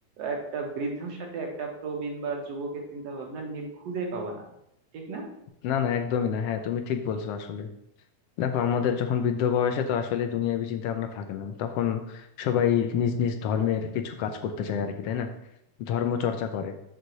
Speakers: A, on the right (about 60°); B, on the left (about 75°).
A: একটা বৃদ্ধর সাথে একটা প্রবীণ বা যুবকের চিন্তা ভাবনার মিল খুঁজে পাবা না ঠিক না
B: না না একদমই না হ্যাঁ তুমি ঠিক বলছো আসলে দেখো আমাদের যখন বৃদ্ধ বয়সে তো আসলে দুনিয়াবি চিন্তা ভাবনা থাকে না তখন সবাই নিজ নিজ ধর্মের কিছু কাজ করতে চায় আর কি তাই না ধর্ম চর্চা করে